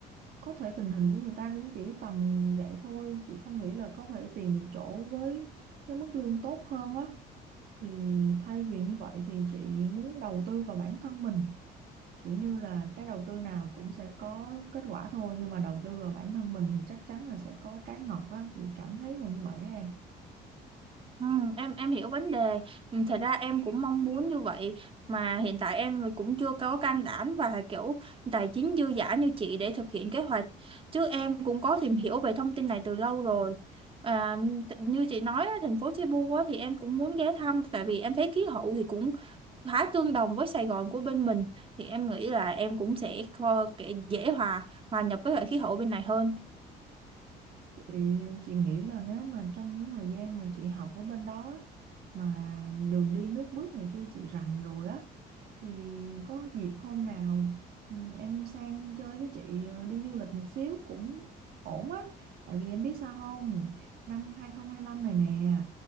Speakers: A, on the right; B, on the right.
A: có thể tình hình của người ta cũng chỉ tầm vậy thôi chị không nghĩ là có thể tìm được chỗ với cái mức lương tốt hơn á thì thay vì như vậy thì chị muốn đầu tư vào bản thân mình kiểu như là cái đầu tư nào cũng sẽ có kết quả thôi nhưng mà đầu tư vào bản thân mình thì chắc chắn là sẽ có trái ngọt á chị cảm thấy là như vậy á em
B: Ừ, em em hiểu vấn đề Ừ, thật ra em cũng mong muốn như vậy mà hiện tại em cũng chưa có can đảm và kiểu tài chính dư dả như chị để thực hiện kế hoạch chứ em cũng có tìm hiểu về thông tin này từ lâu rồi à, t- như chị nói á, thành phố Cebu á, thì em cũng muốn ghé thăm tại vì em thấy khí hậu thì cũng khá tương đồng với Sài Gòn của bên mình thì em nghĩ là em cũng sẽ kho- kệ- dễ hòa hòa nhập với lại khí hậu bên này hơn
A: Thì chị nghĩ là nếu mà trong cái thời gian mà chị học ở bên đó mà đường đi nước bước này kia chị rành rồi á thì có dịp hôm nào ừ, em sang chơi với chị ờ, đi du lịch một xíu cũng ổn á tại vì em biết sao không năm 2025 này nè